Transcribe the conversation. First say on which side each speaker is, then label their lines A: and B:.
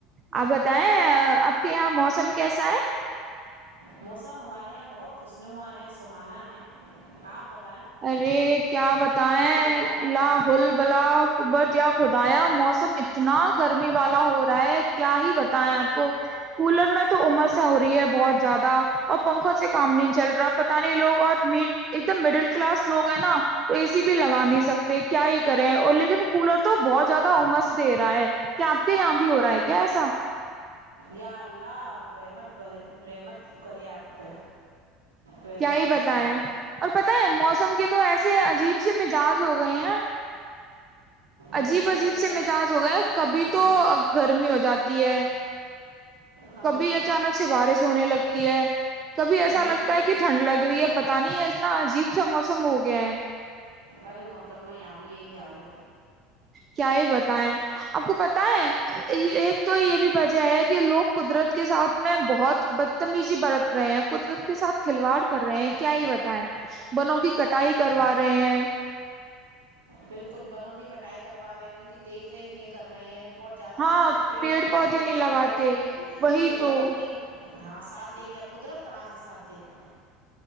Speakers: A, on the right; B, on the right.
A: آپ بتائیں آپ کے یہاں موسم کیسا ہے
B: موسم ہمارے یہاں بہت خوشنما ہے سہانا ہے آپ بتا
A: ارے کیا بتیں
B: کیا حالات
A: ل
B: ہیں
A: ہل ولا ابتیا خدایا موسم اتنا گرمی والا ہو رہا ہے کیا ہی بتیں آپ کو کولر میں تو عمر س ہو رہی ہے بہت زیادہ اور پنکھوں سے کام نہیں چل رہا پتہ نہیں لوگ اور م ایک دم مڈل کلاس لوگ ہیں نا تو اے سی بھی لگا نہیں سکتے کیا ہی کریں اور لیکن کولر تو بہت زیادہ امس دے رہا ہے کیا آپ کے یہاں بھی ہو رہا ہے کیا ایسا
B: یا اللہ رحمت ب رحمت کری آپ رحمت
A: کیا ہی
B: برسائے
A: بتائ اور پت ہے موسم کے تو ایسے عجیب سے مجج ہو گئے ہیں عجیب
B: موسم
A: عجیب
B: مزاج
A: سے مجاج ہو گیا کبھی تو
B: یا
A: گرمی ہو جاتی تی ہے
B: ہاں
A: کبھی اچانک سے بارش ہونے لگتی ہے کبھی ایسا
B: بالکل
A: لگتا ہے
B: بالکل
A: کہ ٹھنڈ لگ رہی ہے پت نہیں ہے اتنا عجیب سا موسم ہو گیا ہے
B: ارے محترما یہاں بھی یہی حال ہے
A: کیا ہی بتائیں آپ کو پت ہے ایک تو یہ بھی وجہ ہے کہ لوگ قدرت کے ساتھ میں بہت بدتمیزی برت رہے ہیں قدرت کے ساتھ کھلواڑ کر رہے ہیں کیا یہ بتائے بنوں کی کٹائی کروا رہے ہیں
B: بالکل بروں کی کٹائی کروا رہے ہیں ان کی دیکھ ریکھ نہیں کر رہے ہیں اور زیادہ
A: ہاں
B: سے زیادہ پیڑ لگائیں
A: پودے
B: تو
A: نہیں
B: قدرت
A: لگاتے
B: بھی
A: وہی
B: قدرت
A: تو
B: بھی ہاں ساتھ دے گی آپ قدرت کہاں سے ساتھ دے <unintelligible>